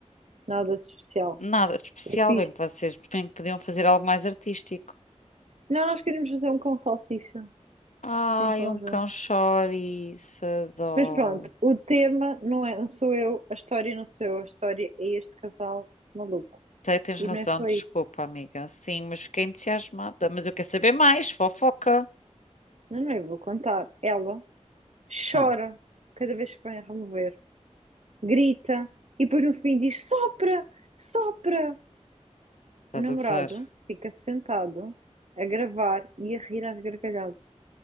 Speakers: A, on the right; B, on the left.
A: nada de especial.
B: Nada de especial.
A: Eu fiz.
B: Bem que vocês bem que podiam fazer algo mais artístico.
A: Não, nós queríamos fazer um com salsicha
B: Ai,
A: em conjunto.
B: um cão chouriço. Adoro.
A: Mas pronto, o tema não é, não sou eu, a história não sou eu, a história é este casal maluco.
B: Te- Tens
A: E
B: razão,
A: não é só
B: desculpa,
A: isso.
B: amiga. Sim, mas fiquei entusiasmada. Mas eu quero saber mais, fofoca.
A: Não, não, eu vou contar. Ela
B: Hã,
A: chora cada vez que vai a remover, grita e depois no fim diz: sopra, sopra.
B: estás
A: O namorado
B: a gozar?
A: fica sentado a gravar e a rir às gargalhadas.